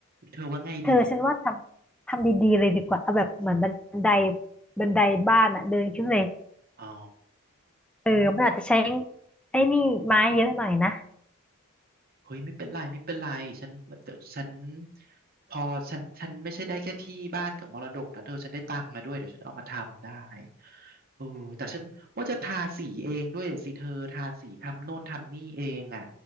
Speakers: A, on the right; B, in the centre.
A: เธอว่าไงดี
B: เธอฉันว่าทำทำดีๆเลยดีกว่าเอาแบบเหมือนบันไดบันไดบ้านอะเดินขึ้นเลย
A: อ๋อ
B: เออมันอาจจะใช้ไอ้นี่ไม้เยอะหน่อยนะ
A: เฮ้ยไม่เป็นไรไม่เป็นไรฉันเดี๋ยวฉันพอฉันฉันไม่ใช่ได้แค่ที่บ้านกับมรดกนะเธอฉันได้ตังค์มาด้วยเดี๋ยวฉันเอามาทำได้เออแต่ฉันว่าจะทาสีเองด้วยอะสิเธอทาสีทำโน่นทำนี่เองอ่ะ